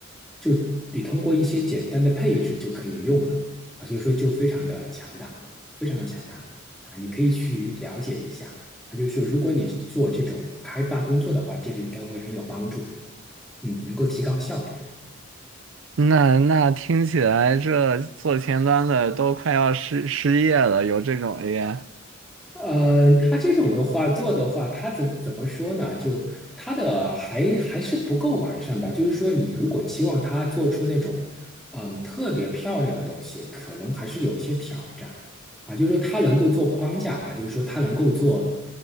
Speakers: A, in the centre; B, on the right.
A: 就你通过一些简单的配置就可以用了。啊，所以说就非常的强大啊，非常的强大啊，你可以去了解一下啊，就是说如果你做这种开发工作的话，这个应该会很有帮助，嗯，能够提高效率。
B: 那那听起来这做前端的都快要失失业了，有这种 AI，
A: 呃，他这种的话做的话，他怎怎么说呢？就他的还还是不够完善吧。就是说，你如果期望他做出那种嗯特别漂亮的东西，可能还是有些挑战啊。就是说，他能够做框架啊，就是说他能够做，